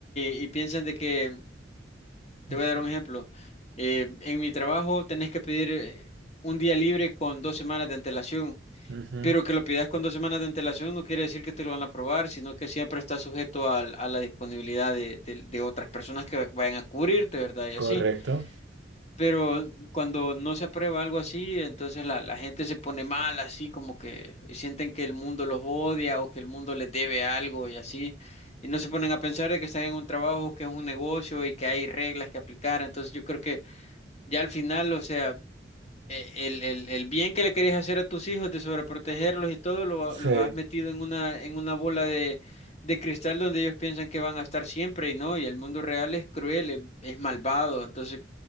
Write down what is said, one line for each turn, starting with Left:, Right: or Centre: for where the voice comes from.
Left: y, y piensan de que te
Right: Ujú,
Left: voy a dar un ejemplo. Eh, en mi trabajo tenés que pedir eh, un día libre con dos semanas de antelación,
Right: ujú,
Left: pero que lo pidas con dos semanas de antelación no quiere decir que te lo van a aprobar, sino que siempre está sujeto al- a, la disponibilidad de, de- de otras personas que vayan a cubrirte, ¿verdad? Y así.
Right: Correcto.
Left: Pero cuando no se aprueba algo así, entonces la, la gente se pone mal, así como que y sienten que el mundo los odia o que el mundo les debe algo y así. Y no se ponen a pensar de que están en un trabajo, que es un negocio y que hay reglas que aplicar. Entonces yo creo que ya al final, o sea, e- el, el- el bien que le querías hacer a tus hijos de sobreprotegerlos y todo, lo, los
Right: Sí,
Left: has metido en una, en una bola de, de cristal donde ellos piensan que van a estar siempre y no, y el mundo real es cruel, es, es malvado. Entonces